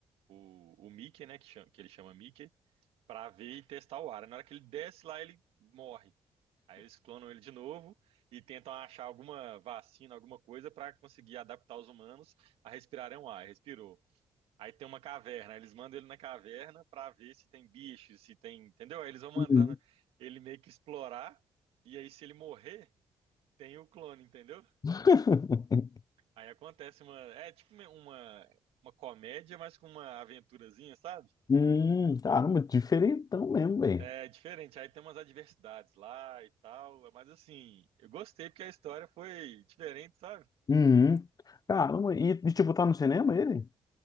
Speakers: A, on the right; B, on the left.
A: o, o Mickey, né, que, chama- que ele chama Mickey, para ver e testar o ar. Aí, na hora que ele desce lá, ele morre. Aí eles clonam ele de novo e tentam achar alguma vacina, alguma coisa para conseguir adaptar os humanos a respirarem o ar. Respirou. Aí tem uma caverna, eles mandam ele na caverna para ver se tem bichos, se tem, entendeu? Aí eles vão mandando
B: Uhum.
A: ele meio que explorar e aí se ele morrer, tem o clone, entendeu?
B: <laughs>
A: Aí acontece uma, é tipo uma uma comédia, mas com uma aventurazinha, sabe?
B: Hum, caramba, diferentão mesmo, velho.
A: É diferente. Aí tem umas adversidades lá e tal, mas assim, eu gostei porque a história foi diferente, sabe?
B: Uhum. Caramba, e, e, tipo, tá no cinema ele?